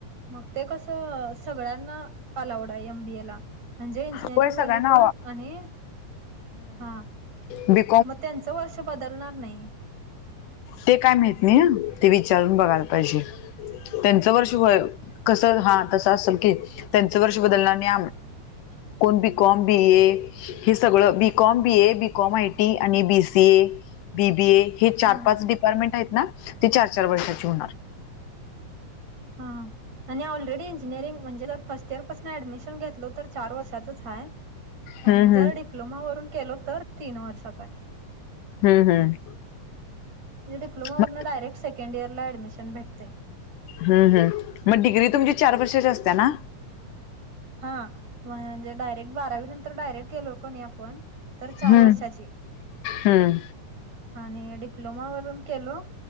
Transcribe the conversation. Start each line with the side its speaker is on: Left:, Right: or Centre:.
Right: मग ते कसं सगळ्यांना... अलावड आहे एमबीए ला. म्हणजे इंजिनिअरिंग
Left: होय सगळ्यांना
Right: वाली पण आणि हा
Left: बिं
Right: म त्यांच वर्ष बदलणार नाही.
Left: ते काय माहत नाही ह ते विचारून बघायला पाहिजे. त्यांचं वर्ष होय कस हा तस असेल की त्यांचं वर्ष बदलणार नाही आम... कोण बी कॉम बी ए हे सगळं BCom B A BCom I T आणि B C A B B A. हे चार
Right: हा
Left: पाच डिपार्टमेंट आहेत ना ते चार चार वर्षाची होणार हे...
Right: हा आणि ऑलरेडी इंजिनिअरिंग म्हणजे फर्स्ट इयर पासून ऍडमिशन घेतलं तर चार वर्षाचा आहे
Left: हम्म
Right: आणि जरं डिप्लोमावरून केलो तर तीन वर्षात आहे.
Left: हम्म हम्म.
Right: डप्लोमावरून
Left: हम्म
Right: डारेट सेकंड इयर ला अडमिशन भेटते.
Left: हम् हम् मग डिग्री तुमची चार वर्षाच्या असत्या ना.
Right: हा म्ह म्हणजे डायरेक्ट बारावी नंतर डायरेक्ट गेलो कोणी आपण तर चार
Left: हम्म
Right: वर्षाची.
Left: हम्म
Right: आणि डिप्लोमा व केलो